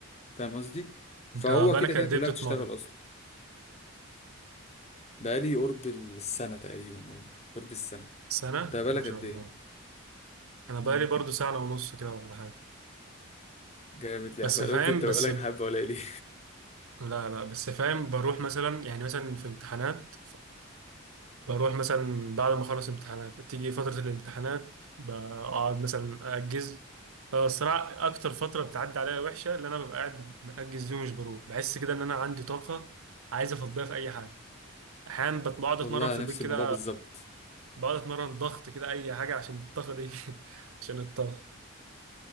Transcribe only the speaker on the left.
فاهم قصدي فهو
كده كده
كلها
بتشتغل اصلا بقالي قرب السنة تقريبا اه قرب السنة
انت بقالك
قد
ايه؟
مم.
جامد يا
احمد
أنا قلت انت
بقالك حبة ولا ليه؟
<laughs>
والله
نفس
الموضوع
بالظبط